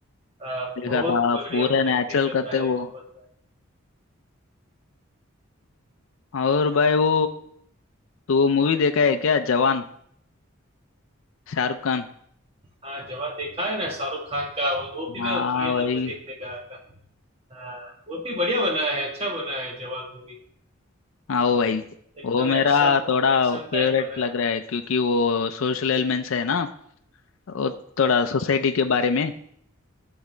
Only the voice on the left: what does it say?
देखा
था
पूरा
नेचुरल
करते
वो
और भाई वो तो वो मूवी देखा है क्या जवान शाहरुख खान
हाँ
भाई
आओ भाई
वो मेरा
थोड़ा
फेवरेट
लग
रहा है क्योंकि वो सोशल एलिमेंट्स है ना वो थोड़ा सोसाइटी के बारे में